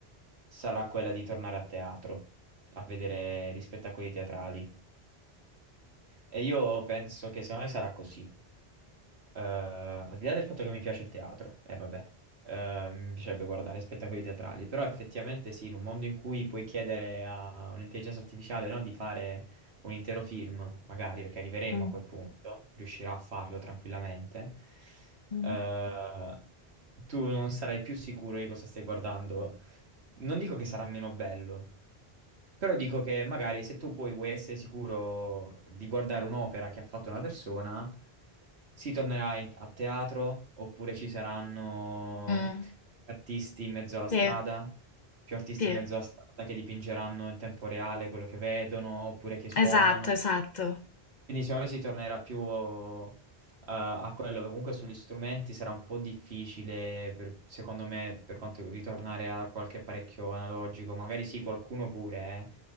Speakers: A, on the right (about 80°); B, on the left (about 45°).
A: sarà quella di tornare a teatro, a vedere gli spettacoli teatrali. E io penso che secondo me sarà così. Eh, al di là del fatto che mi piace il teatro, e vabbè, eh, mi piacerebbe guardare spettacoli teatrali, però effettivamente sì, in un mondo in cui puoi chiedere a un'intelligenza artificiale, no, di fare un intero film, magari perché arriveremo
B: Mm,
A: a quel punto, riuscirà a farlo tranquillamente,
B: mm,
A: eh, tu non sarai più sicuro di cosa stai guardando non dico che sarà meno bello, però dico che magari se tu poi vuoi essere sicuro di guardare un'opera che ha fatto una persona, si tornerà in- a teatro oppure ci saranno
B: mm.
A: artisti in mezzo alla strada,
B: Sì,
A: più artisti
B: sì,
A: in mezzo alla strada che dipingeranno in tempo reale quello che vedono oppure che suonano.
B: esatto, esatto.
A: Quindi secondo me si tornerà più eh, a quello, perché comunque sugli strumenti sarà un po' difficile, per- secondo me, per quanto ritornare a qualche apparecchio analogico, magari sì, qualcuno pure,